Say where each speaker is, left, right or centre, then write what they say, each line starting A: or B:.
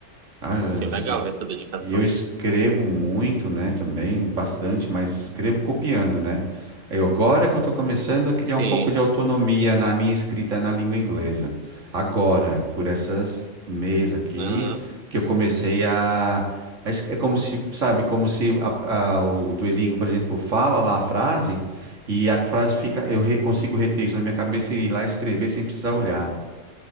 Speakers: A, on the right; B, on the right.
A: há anos.
B: que legal
A: E
B: essa dedicação.
A: eu escrevo muito, né, também, bastante, mas escrevo copiando, né? Eu, agora que eu estou começando a criar
B: Sim,
A: um pouco de autonomia na minha escrita na língua inglesa. Agora, por essas mês aqui,
B: aham,
A: que eu comecei a, a es- É como se, sabe, como se a- a- o Duolingo, por exemplo, fala lá a frase e a frase fica... Eu re- consigo reter isso na minha cabeça e ir lá escrever sem precisar olhar.